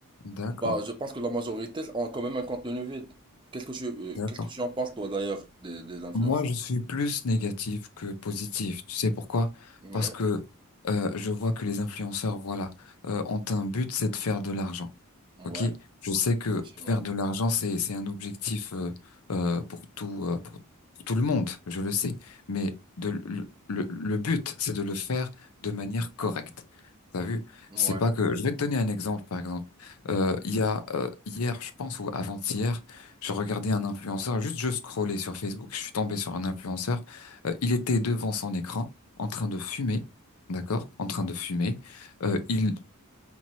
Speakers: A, on the left; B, on the right.
A: d'accord,
B: Bah, je pense que la majorité ont quand même un contenu vide. Qu'est-ce que tu, euh,
A: d'accord.
B: qu'est-ce que tu en penses, toi, d'ailleurs, des, des influenceurs?
A: Moi, je suis plus négatif que positif. Tu sais pourquoi?
B: Ouais,
A: Parce que euh, je vois que les influenceurs, voilà, euh, ont un but, c'est de faire de l'argent.
B: ouais,
A: Ok, je sais que
B: effectivement.
A: faire de l'argent, c'est c'est un objectif euh, euh, pour tout euh, pour tout le monde, je le sais. Mais de le, le, le but, c'est de le faire de manière correcte. T'as vu?
B: Ouais,
A: C'est pas que je vais te donner un exemple, par exemple. Euh, il y a euh, hier, je pense, ou avant-hier, je regardais un influenceur. Juste, je scrollais sur Facebook, je suis tombé sur un influenceur. Euh, il était devant son écran, en train de fumer, d'accord? En train de fumer. Euh, il